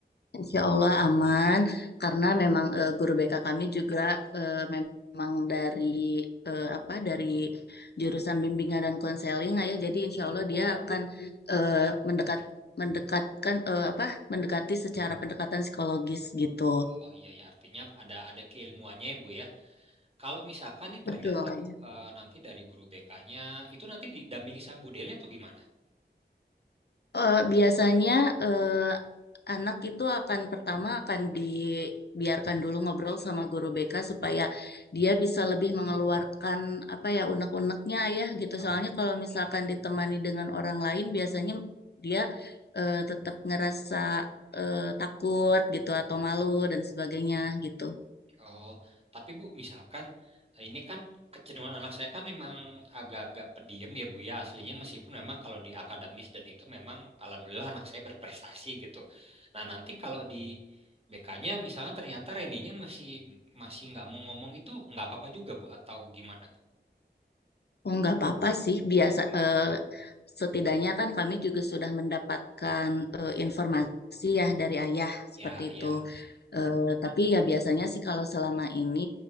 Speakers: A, on the left; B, on the right.
A: Insya Allah aman karena memang eh, guru BK kami juga eh, memang dari eh, apa dari jurusan bimbingan dan konseling ya jadi insya Allah dia akan eh, mendekat mendekatkan eh, apa mendekati secara pendekatan psikologis gitu.
B: Oh iya ya artinya ada ada keilmuannya ya Bu ya. Kalau misalkan nih
A: Betul.
B: ternyata Bu eh, nanti dari guru BK-nya itu nanti didampingi sama Bu Deli atau gimana?
A: Eh, biasanya eh, anak itu akan pertama akan dibiarkan dulu ngobrol sama guru BK supaya dia bisa lebih mengeluarkan apa ya unek-uneknya ya gitu.
B: Oh.
A: Soalnya kalau misalkan
B: iya
A: ditemani dengan orang lain biasanya dia eh, tetap ngerasa eh, takut gitu atau malu dan sebagainya gitu.
B: Oh, tapi Bu, misalkan eh, ini kan kecenderungan anak saya kan memang agak-agak pendiam ya Bu ya aslinya meskipun memang kalau di akademis dan itu memang alhamdulillah anak saya berprestasi gitu. Nah nanti kalau di BK-nya misalnya ternyata Reninya masih masih nggak mau ngomong itu nggak apa-apa juga Bu atau gimana Bu?
A: Oh, nggak apa-apa sih. Biasa,
B: Nggak apa-apa ya.
A: eh, setidaknya kan kami juga sudah mendapatkan eh, informasi ya dari ayah
B: Ya,
A: seperti
B: ya,
A: itu. Eh, tapi ya biasanya sih kalau selama ini